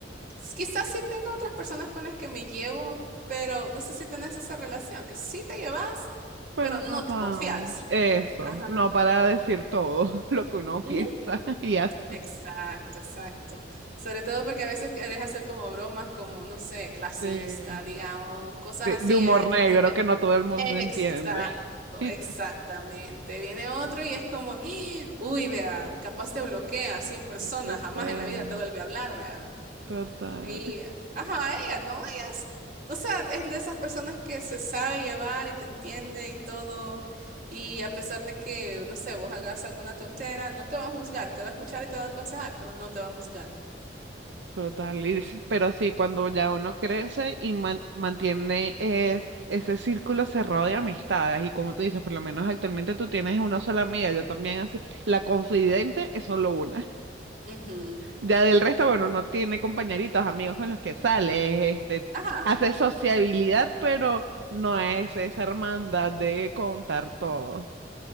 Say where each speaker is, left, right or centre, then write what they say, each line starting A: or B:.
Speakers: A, on the right (about 50°); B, on the right (about 80°).
A: S- Quizás sí tengo otras personas con las que me llevo, pero no sé si tenés esa relación, que sí te llevas,
B: Pero
A: pero no
B: no tan...
A: te confías.
B: Eso,
A: Ajá.
B: no para decir todo <laughs> lo que uno
A: Ujú.
B: piensa y hace.
A: Exacto, exacto. Sobre todo porque a veces querés hacer como bromas, como, no sé, clasista,
B: Sí.
A: digamos, cosas
B: Sí,
A: así,
B: de humor
A: ¿verdad? Que
B: negro
A: vos
B: que no todo el mundo
A: Exacto,
B: entiende. <laughs>
A: exactamente. Viene otro y es como, "Ah, uy, vea, capaz te bloquea a 100 personas,
B: Total,
A: jamás en la vida te vuelve a hablar, vea.
B: total,
A: Y, ajá, ella, ¿no? Ella es, o sea, es de esas personas que se sabe llevar y te entiende y todo. Y a pesar de que, no sé, vos hagas alguna tontera, no te va a juzgar, te va a escuchar y te va a aconsejar, pero no te va a juzgar.
B: total. Y sí, pero sí, cuando ya uno crece y man- mantiene es, ese círculo cerrado de amistades, y como tú dices, por lo menos actualmente tú tienes una sola amiga, yo también así, la confidente es solo una. <laughs>
A: Ujú.
B: Ya del resto, bueno, uno tiene compañeritos, amigos con los que sale, este,
A: Ajá.
B: hace sociabilidad, pero no es esa hermandad de contar todo.